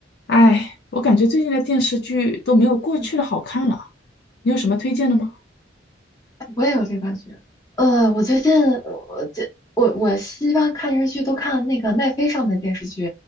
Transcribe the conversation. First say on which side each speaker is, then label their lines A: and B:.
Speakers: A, on the left; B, on the left.
A: 哎，我感觉最近的电视剧都没有过去的好看了，
B: 嗯，
A: 你有什么推荐的吗？
B: 我也有这感觉。呃，我最近我这我我一般看电视剧都看那个奈飞上面的电视剧，